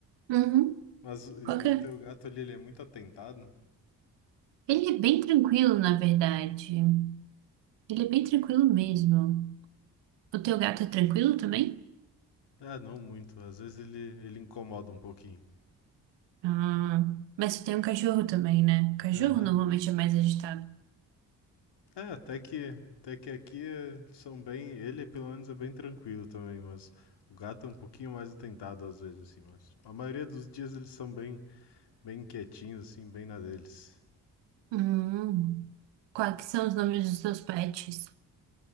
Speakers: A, on the right; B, on the left.
A: Uhum.
B: Mas e
A: Qual que
B: o
A: é?
B: teu gato ali, ele é muito atentado?
A: Ele é bem tranquilo, na verdade. Ele é bem tranquilo mesmo. O teu gato é tranquilo também?
B: Ah, não muito. Às vezes ele, ele incomoda um pouquinho.
A: Ah, mas tu tem um cachorro também, né? Cachorro
B: Aham.
A: normalmente é mais agitado.
B: É, até que, até que aqui eh, são bem. Ele, pelo menos, é bem tranquilo também, mas o gato é um pouquinho mais atentado às vezes, assim. Mas a maioria dos dias eles são bem, bem quietinhos, assim, bem na deles.
A: Hum, quais que são os nomes dos teus pets?